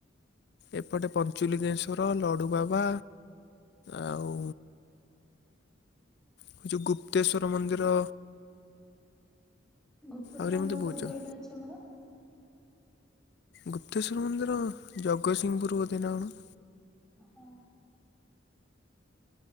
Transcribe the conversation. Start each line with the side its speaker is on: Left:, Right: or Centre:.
Left: ଏପଟେ ପଞ୍ଚୁଲିଙ୍ଗେଶ୍ଵର, ଲଡ଼ୁବାବା ଆଉ ହେ ଯଉ ଗୁପ୍ତେଶ୍ୱର ମନ୍ଦିର
Centre: ଗୁପ୍ତେଶ୍ୱର
Left: ଆହୁରି ଏମିତି
Centre: ମନ୍ଦିର କୋଉଠି
Left: ବହୁତ୍ ଜଣ।
Centre: କହିଲେ ଅଛି ଆମର?
Left: ଗୁପ୍ତେଶ୍ୱର ମନ୍ଦିର ଜଗତସିଂହପୁର ବୋଧେ ନା କଣ।
Centre: ଓହୋ